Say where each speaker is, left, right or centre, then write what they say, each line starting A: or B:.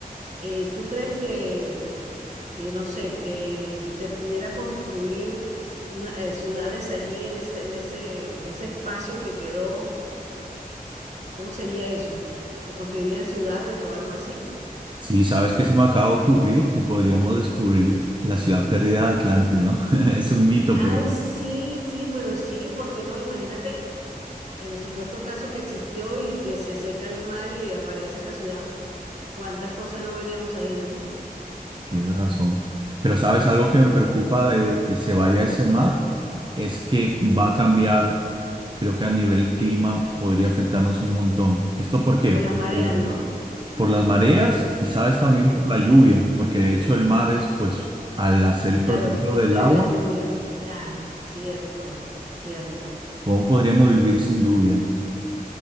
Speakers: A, on the right; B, on the right.
A: Eh, ¿tú crees que, que, no sé, que se pudiera construir una, eh, ciudades allí en ese, en ese, en ese espacio que quedó? ¿Cómo sería eso? ¿Se construirían ciudades o algo así?
B: Sí, ¿sabes qué se me acaba de ocurrir? Que podríamos descubrir la ciudad perdida de Atlantis, ¿no? <laughs> Es un mito,
A: Ay,
B: pero
A: sí, sí, pero sí, ¿por qué no? Imagínate el supuesto caso que existió y que se seca el mar y aparece esa ciudad. ¿Cuántas cosas no veríamos ahí, no?
B: tienes razón. Pero ¿sabes algo que me preocupa de que se vaya ese mar? Es que va a cambiar, creo que a nivel clima podría afectarnos un montón. ¿Esto por qué?
A: Por las
B: Porque,
A: mareas,
B: bueno,
A: ¿no?
B: Por las mareas y sabes también
A: Sí,
B: por la lluvia, porque de hecho el mar es, pues, al hacer el
A: claro,
B: proceso
A: el puente
B: del agua,
A: de la lluvia. Claro, cierto, cierto.
B: ¿cómo podríamos vivir
A: Y,
B: sin lluvia?